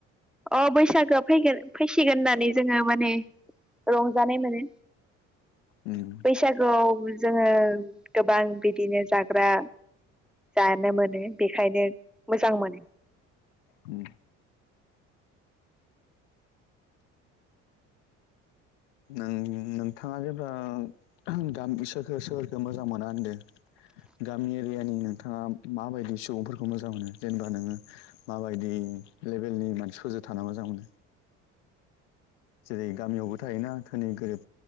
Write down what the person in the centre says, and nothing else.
अ बैसागोआ फैगोन फैसिगोन होननानै जोङो माने रंजानाय मोनो
बैसागुआव जोङो गोबां बिदिनो जाग्रा जानो मोनो बेखायनो मोजां मोनो।